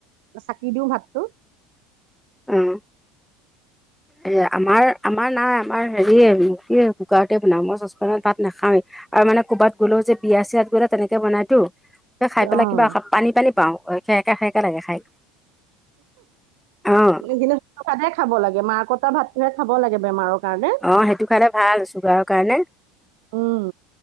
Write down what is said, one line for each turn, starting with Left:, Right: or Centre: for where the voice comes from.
Right: চাকি দিও ভাতটো।
Centre: উম। এ আমাৰ আমাৰ নাই আমাৰ হেৰি কি কুকাৰতে বনাওঁ মই চচপেনত ভাত নাখাওৱেই। আৰু মানে ক'ৰবাত গ'লেও যে বিয়া চিয়াত গ'লে তেনেকে বনাইতো। খাই
Right: অঁ
Centre: পেলাই কিবা পানী পানী পাও সেৰেকা সেৰেকা লাগে খাই। অঁ
Right: কিন্তু খাব লাগে মাক কত ভাতটোহে খাব লাগে বেমাৰৰ কাৰণে।
Centre: অ' সেইটো খালে ভাল ছুগাৰৰ কাৰণে।
Right: উম,